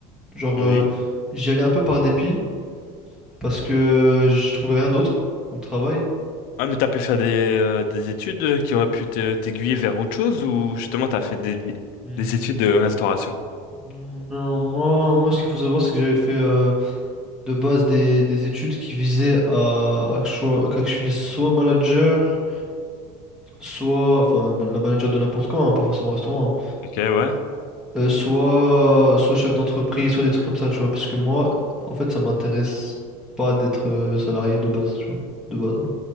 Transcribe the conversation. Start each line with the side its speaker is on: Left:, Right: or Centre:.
Centre: Genre,
Left: Oui.
Centre: euh, j'y allais un peu par dépit parce que je trouvais rien d'autre comme travail.
Left: Ouais mais t'as pu faire des, euh, des études euh, qui auraient pu te- t'aiguiller vers autre chose ou justement t'as fait des,
Centre: Hmm.
Left: des études de restauration?
Centre: Non, moi, moi, ce qu'il faut savoir, c'est que j'avais fait euh, de base des, des études qui visaient à, à, que je sois- à que je finisse soit manager, soit, enfin, ma- la manager de n'importe quoi, hein, pas forcément restaurant, hein,
Left: Ok ouais.
Centre: euh, soit, soit chef d'entreprise, soit des trucs comme ça, tu vois. Parce que moi, en fait, ça m'intéresse pas d'être euh, salarié de base, tu vois, de base. hein.